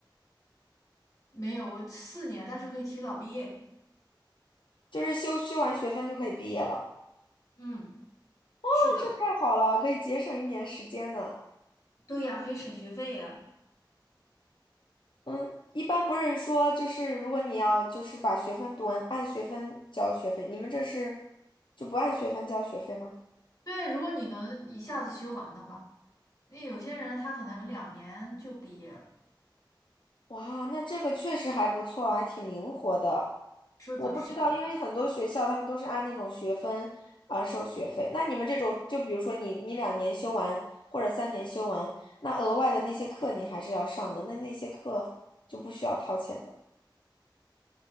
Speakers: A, on the left (about 45°); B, on the left (about 75°).
A: 没有，我四年，但是可以提早毕业。
B: 就是修修完学分就可以毕业了。
A: 嗯，
B: 啊，
A: 是的，
B: 这太好了，可以节省一年时间呢。
A: 对呀，可以省学费呀。
B: 嗯，一般不是说就是如果你要就是把学分读完，按学分交学费，你们这是就不按学分交学费吗？
A: 对，如果你能一下子修完的话，因为有些人他可能两年就毕业了。
B: 哇，那这个确实还不错，还挺灵活的。
A: 是的，
B: 我不知道，
A: 是的。
B: 因为很多学校他们都是按那种学分啊、收学费。那你们这种，就比如说你你两年修完或者三年修完，那额外的那些课你还是要上的，那那些课就不需要掏钱了。